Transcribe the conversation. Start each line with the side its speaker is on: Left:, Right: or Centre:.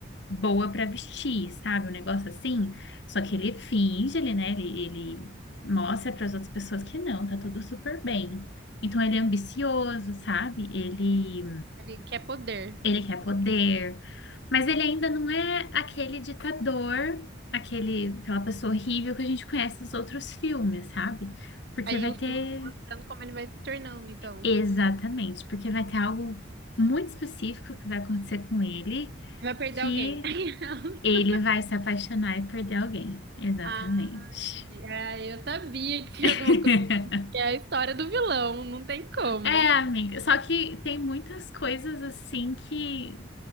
Left: boa pra vestir, sabe? Um negócio assim. Só que ele finge, ele, né? Ele, ele mostra para as outras pessoas que não, tá tudo super bem. Então ele é ambicioso, sabe? Ele,
Right: Ele quer poder.
Left: ele quer poder, mas ele ainda não é aquele ditador, aquele, aquela pessoa horrível que a gente conhece nos outros filmes, sabe? Porque
Right: Aí
Left: vai
Right: o
Left: ter
Right: filme vai mostrando como ele vai se tornando, então.
Left: Exatamente, porque vai ter algo muito específico que vai acontecer com ele,
Right: Ele Vai perder
Left: que
Right: alguém. <laughs>
Left: ele vai se apaixonar e perder alguém. Exatamente.
Right: Ah, entendi. Ah, eu sabia que tinha
Left: <laughs>
Right: alguma coisa. Que é a história do vilão, não tem como.
Left: É, amiga, só que tem muitas coisas assim que